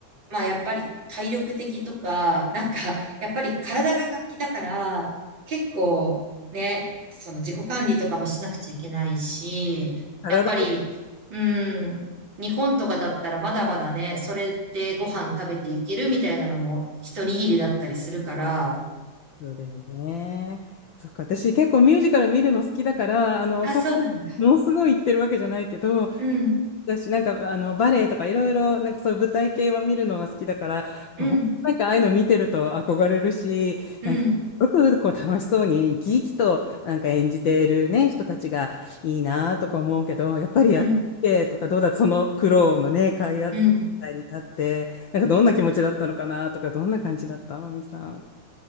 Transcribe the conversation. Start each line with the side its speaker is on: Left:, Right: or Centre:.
Right: まあやっぱり体力的とか、なんか <laughs> やっぱり体が活気だから、結構ね、その自己管理とかもしなくちゃいけないし、
Left: 体
Right: やっぱり、うん、日本とかだったらまだまだね、それでご飯食べていけるみたいなのも一握りだったりするから、
Left: そうだよね。そっか、私結構ミュージカル見るの好きだから、あの、
Right: あ、
Left: そんなにものすごい言ってるわけじゃないけど、
Right: そうなんだ。
Left: 結構だし、
Right: うん、
Left: なんか、あの、バレエとかいろいろ、なんかそういう舞台系は見るのが好きだから、やっぱほんとなんかああいうの見てると憧れるし、
Right: うん、うん、
Left: なんか、すごくこう楽しそうに生き生きとなんか演じているね、人たちがいいなとか思うけど、やっぱりやっててとかどうだ、
Right: うん、
Left: その苦労のね、かいあった舞台に立って、
Right: うん。
Left: なんかどんな気持ちだったのかなとか、どんな感じだった、まみさん。